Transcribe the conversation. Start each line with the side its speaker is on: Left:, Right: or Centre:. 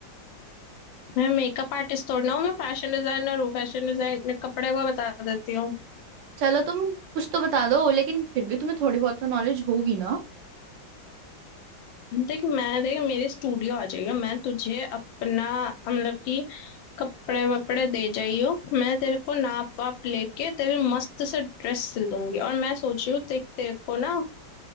Left: मैं मेकअप आर्टिस्ट थोड़ी ना हूँ मैं फैशन डिजाइनर हूँ फैशन डिजाइन कपड़े का बता देती हूँ
Right: चलो तुम कुछ तो बता दो लेकिन फिर भी तुम्हें थोड़ी बहुत तो नॉलेज होगी ना
Left: देख मैं देख मेरे स्टूडियो आ जाइयो मैं तुझे अपना मतलब कि कपड़े वपड़े दे जाइयो मैं तेरे को नाप वाप लेके तेरे मस्त से ड्रेस सिल दूंगी और मैं सोच रही हूँ देख तेरे को ना